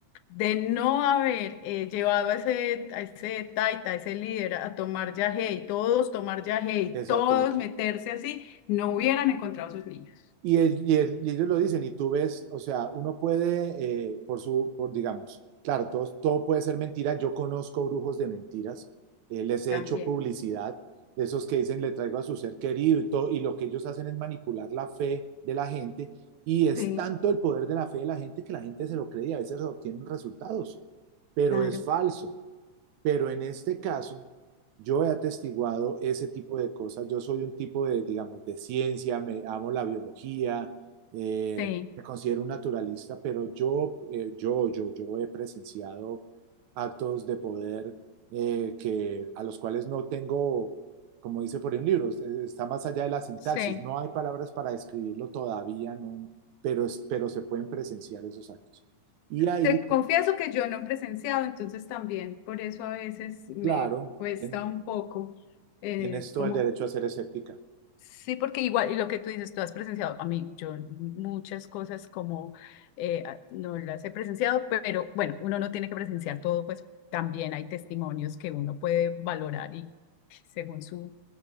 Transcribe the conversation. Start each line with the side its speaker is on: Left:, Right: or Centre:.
Left: de no haber eh, llevado a ese, a ese taita, a ese líder a tomar yagé y todos tomar yagé y
Right: Exacto,
Left: todos
Right: el equipo.
Left: meterse así, no hubieran encontrado a sus niños.
Right: Y, el- y el- y ellos lo dicen, y tú ves, o sea, uno puede, eh, por su, por digamos, claro, todo, todo puede ser mentira. Yo conozco brujos de mentiras, eh, les he
Left: También.
Right: hecho publicidad, de esos que dicen le traigo a su ser querido y todo, y lo que ellos hacen es manipular la fe de la gente, y es
Left: Sí,
Right: tanto el poder de la fe de la gente que la gente se lo cree y a veces obtienen resultados, pero
Left: claro.
Right: es falso. Pero en este caso, yo he atestiguado ese tipo de cosas. Yo soy un tipo de, digamos, de ciencia, me amo la biología, eh,
Left: Sí.
Right: me considero un naturalista, pero yo, eh, yo, yo, yo he presenciado actos de poder eh, que a los cuales no tengo, como dice por ahí un libro, es- eh, está más allá de la sintaxis.
Left: Sí,
Right: No hay palabras para describirlo todavía, no, no, pero, es- pero se pueden presenciar esos actos. Y ahí,
Left: te confieso que yo no he presenciado, entonces también por eso a veces me
Right: claro,
Left: cuesta
Right: en-
Left: un poco eh,
Right: Tienes todo
Left: como
Right: el derecho a ser escéptica.
Left: Sí, porque igual, y lo que tú dices, tú has presenciado, a mí, yo muchas cosas como eh, a- no las he presenciado, pero bueno, uno no tiene que presenciar todo, pues también hay testimonios que uno puede valorar y según su...